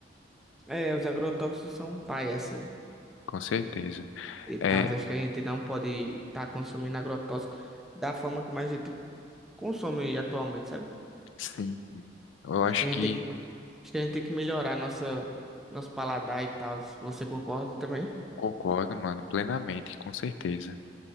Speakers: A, in the centre; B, on the left (about 80°).
A: É, os agrotóxicos são pai, assim.
B: com certeza.
A: e tal.
B: É,
A: Acho que a gente não pode estar consumindo agrotóxico da forma como a gente consome atualmente, sabe?
B: sim, sim. eu acho
A: Acho que a gente
B: que
A: tem que, acho que a gente tem que melhorar nossa, nosso paladar e tal. Você concorda também?
B: concordo, mano, plenamente, com certeza.